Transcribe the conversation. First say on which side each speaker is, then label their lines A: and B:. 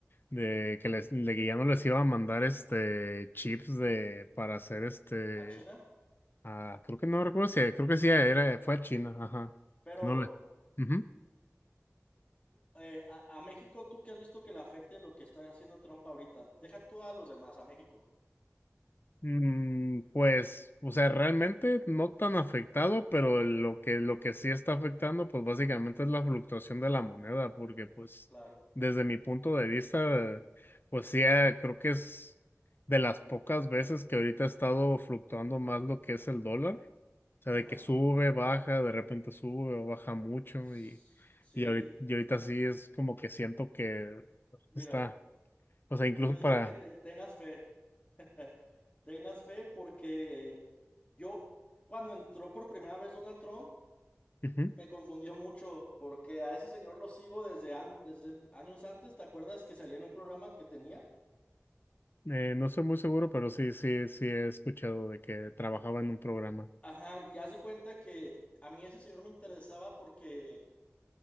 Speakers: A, on the left; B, on the left.
A: de que les, de que ya no les iba a mandar este chips de, para hacer este,
B: A China.
A: ah, creo que no recuerdo si, creo que sí era, fue a China, ajá,
B: Pero
A: que no le, Ujú.
B: eh, a, a México, ¿tú qué has visto que le afecte lo que está haciendo Trump ahorita? Deja tú a los demás, a México.
A: Mm, pues, o sea, realmente no tan afectado, pero lo que, lo que sí está afectando, pues básicamente es la fluctuación de la moneda, porque pues
B: Claro.
A: desde mi punto de vista, pues sí, eh, creo que es de las pocas veces que ahorita ha estado fluctuando más lo que es el dólar, o sea, de
B: Ajá.
A: que sube, baja, de repente sube o baja mucho
B: S-
A: y,
B: Sí.
A: y ahorita, y ahorita sí es como que siento que
B: Mira,
A: está, o sea, incluso
B: yo digo
A: para...
B: que te- tengas fe. <laughs> Tengas fe porque yo, cuando entró por primera vez Donald Trump,
A: Ujú.
B: me confundió mucho porque a ese señor lo sigo desde, antes, desde años antes. ¿Te acuerdas que salía en un programa que tenía?
A: Eh, no estoy muy seguro, pero sí, sí, sí he escuchado de que trabajaba en un programa.
B: Ajá, y haz de cuenta que a mí ese señor me interesaba porque